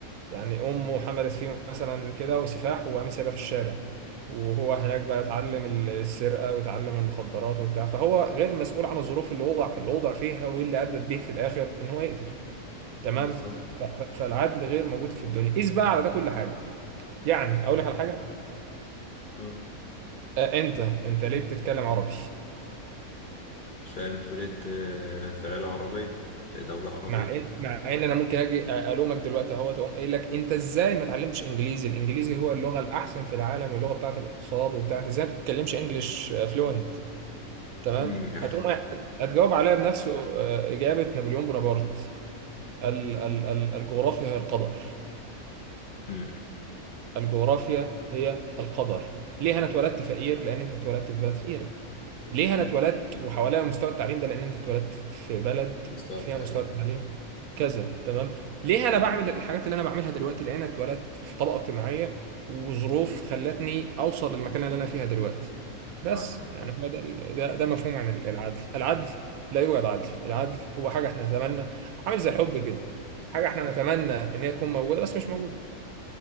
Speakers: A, on the right (about 75°); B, on the left (about 45°).
A: يعني امه حملت فيه مثلا كده وسفاح وقامت سايباه في الشارع وهو هناك بقى اتعلم ال- السرقة واتعلم المخدرات وبتاع فهو غير مسؤول عن الظروف اللي وضع اللي وضع فيها واللي أدت به في الآخر إن هو يقتل تمام
B: بالظبط
A: ف- ف- فالعدل غير موجود في الدنيا قيس بقى على ده كل حاجة يعني أقول لك على حاجة
B: آه.
A: آه، انت انت ليه بتتكلم عربي
B: عشان اتولدت آه، في عيلة عربية في دولة عربية
A: مع ان مع ان انا ممكن اجي أ- الومك دلوقتي اهو تقوم قايل لك انت ازاي ما اتعلمتش انجليزي الانجليزي هو اللغه الاحسن في العالم واللغه بتاعه الاقتصاد وبتاع انت ازاي ما بتتكلمش انجليش فلوينت تمام
B: مم.
A: هتقوم هت- هتجاوب عليا بنفس آه، اجابه نابليون بونابرت ال ال ال الجغرافيا هي القدر
B: امم
A: الجغرافيا هي القدر ليه انا اتولدت فقير لان انت اتولدت في بلد فقيره ليه انا اتولدت وحواليها مستوى التعليم ده لان انت اتولدت في بلد
B: مستوى
A: فيها
B: التعليم
A: مستوى التعليم كذا تمام ليه انا بعمل الحاجات اللي انا بعملها دلوقتي لان انا اتولدت في طبقه اجتماعيه وظروف خلتني اوصل للمكان اللي انا فيها دلوقتي بس
B: معاك حق في
A: يعني
B: ده
A: هو ده ده, ده مفهوم عن العدل العدل لا يوجد عدل العدل هو حاجه احنا نتمنى عامل زي الحب كده حاجه احنا نتمنى ان هي تكون موجوده بس مش موجوده